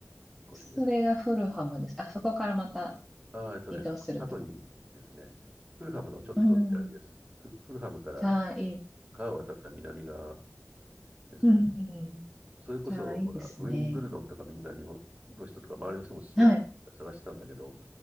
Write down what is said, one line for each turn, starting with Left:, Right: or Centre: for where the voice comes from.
Centre: それがフルハムです。
Right: 越しです。
Centre: あ、そこからまた
Right: ああ、えっとね、
Centre: 移動するってこと。
Right: そっか過去にですね、フルハムのちょっと南です。
Centre: うん。
Right: フ、フルハムから
Centre: ああ、いい。
Right: 川を渡った南側ですね。
Centre: うんうん
Right: それこそ、
Centre: じゃあ、いいですね。
Right: ほら、ウィンブルドンとかみんな日本の人とか周りの人も勧めて探してたんだけど、
Centre: はい。